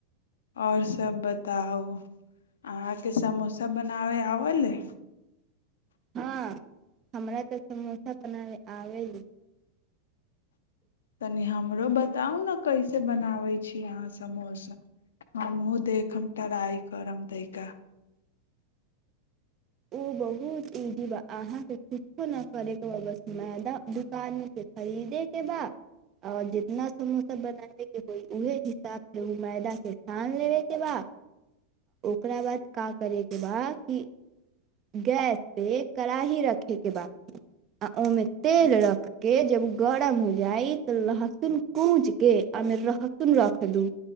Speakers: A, on the left; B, on the right.
A: आओर सब बताउ अहाँके समोसा बनाबे आब ले
B: हँ हमरा तऽ समोसा बना आल
A: तनि हमरो बताउ ने कैसे बनाबै छी अहाँ समोसा हमहुूँ देखब ट्राइ करब तैका
B: ओ बहुत ईजी बा अहाँके किछो न करैकेस मैदा दुकानमे खरीदे के बा आओर जितना समोसा बनाबे के होइ उहे हिसाब से ओ मैदा के सान लेबे के बा ओकरा बाद क करे के बा कि गैस पे कड़ाही रखे के बाद आ ओहिमे तेल रख के जब गरम हो जाइ तऽ लहसुन कूज के आमे लहसुन रख दू